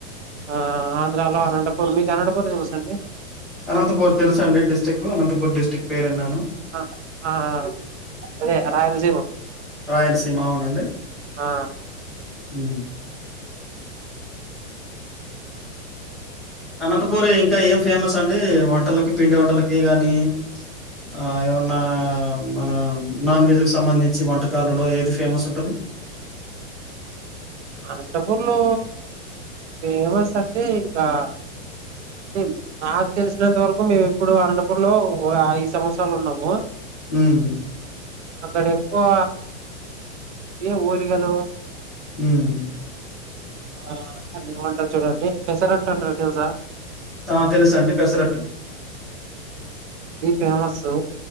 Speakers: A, on the right (about 75°); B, in the centre.
A: ఆ ఆంధ్రాలో అనంటపూర్ మీకనంటపూర్ తెలుసండి
B: అనంతపూర్ తెలుసండి డిస్టిక్కు అనంతపూర్ డిస్టిక్ పేరిన్నాను
A: అ ఆ ఆ అదే ఆ రాయలసీమ
B: రాయలసీమ అవునండి
A: ఆ
B: ఉమ్ అనంతపూర్ ఇంకా ఏం ఫేమస్ అండీ వంటలకి పిండి వంటలకీ గానీ ఆ ఏమన్నా మన నాన్ వెజ్క్ సంబంధించి వంటకాలలో ఏది ఫేమస్ ఉంటది <inaudible>
A: అనంతపూర్లో ఫేమస్ అంటే ఇంకా ఎం నాక్ తెలిసినంత వరకు మేమెప్పుడు అనంటపూర్ లో ఒగ ఐదు సంవత్సరాలున్నామూ
B: హ్మ్
A: అక్కడెక్కువా ఇయే ఓలిగలూ
B: హ్మ్
A: ఆ అదేమంటరు చూడండి పెసరట్టంటరు తెలుసా
B: ఆ తెలుసండి పెసరట్టు
A: ఫేమస్సూ